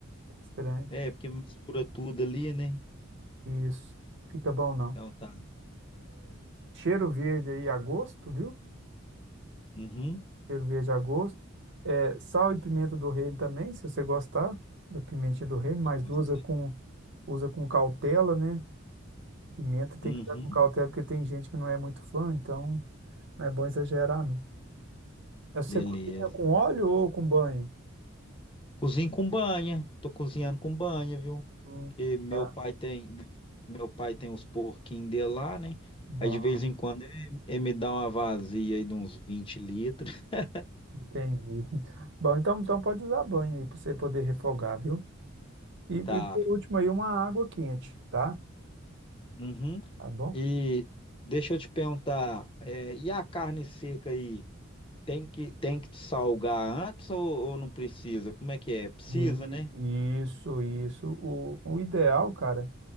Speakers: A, on the right; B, on the left.
A: Fica estranho.
B: É, porque mistura tudo ali, né?
A: Isso, fica bom não.
B: Então tá.
A: Cheiro verde aí a gosto, viu?
B: Uhum.
A: Cheiro verde a gosto. É, sal e pimenta do reino também, se você gostar da pimentinha do reino, mas
B: Gosto.
A: usa com, usa com cautela, né? Pimenta tem
B: Uhum.
A: que usar com cautela, porque tem gente que não é muito fã, então não é bom exagerar, não. É você
B: Beleza.
A: cozinha com óleo ou com banha?
B: Cozinho com banha. Tô cozinhando com banha, viu?
A: Hum,
B: Porque meu
A: tá.
B: pai tem, meu pai tem os porquinhos dele lá, né?
A: Bom.
B: Aí de vez em quando ele, ele me dá uma vazia aí de uns 20 litros. <laughs>
A: Entendi. <laughs> Bom, então, então pode usar banho aí para você poder refogar, viu? E, e
B: Tá.
A: por último aí, uma água quente, tá?
B: Uhum.
A: Tá bom?
B: E deixa eu te perguntar, é, e a carne seca aí? Tem que, tem que salgar antes ou, ou não precisa? Como é que é? Precisa,
A: E-
B: né?
A: isso, isso. O, o ideal, cara,